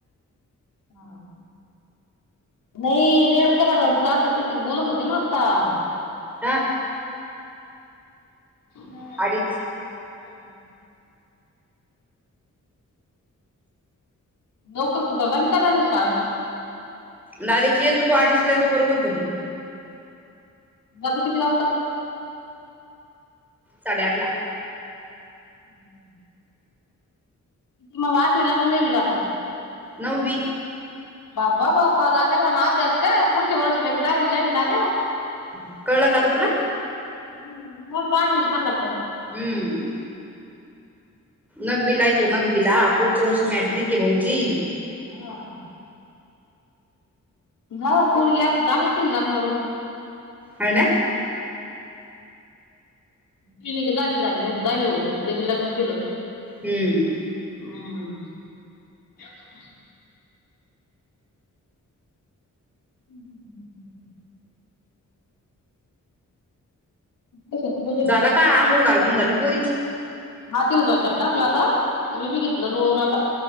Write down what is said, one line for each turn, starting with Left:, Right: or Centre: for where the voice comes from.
Left: हा नही रेड कलरच असं कायतरी बोलत होती ना आता
Centre: हा
Left: नाय नाय
Centre: अडीच
Left: <unintelligible> लवकर सुटाय लागली काय दादूची शाळा?
Centre: दादाची येतो तो अडीचला येतो बरोबर घरी
Left: जातो किती वाजता?
Centre: साडेआठला
Left: हूं हूं ती मंग आठवीला का नव्वीला आता
Centre: नव्वी
Left: बापा बापा दादयाला म्हणाव अभ्यास कर पुढच्या वर्षी लेक दहावीला ये न दादया
Centre: हूं कळलं का आता तुला
Left: हम्म मला वाटलं आठवीला चालला का काय
Centre: हम्म नववीला ए तो. नववीला. पुढच्या वर्षी मॅट्रिक आहे भाऊची.
Left: हा. हां. पोरगी असली त आणायची ना लग्नाला म.
Centre: हाव ना?
Left: <unintelligible> दाहावी झाली नाही. दहावी होतेस की लगे लग्न केलं.
Centre: हम्म.
Left: हम्म. हम् ह. हं. ह. ोल
Centre: झाल का? आंघोळ घालून झाली पोरीची?
Left: हा. तिला झोक्यात टाकल आता. मी बि घेतलं लोळून आता.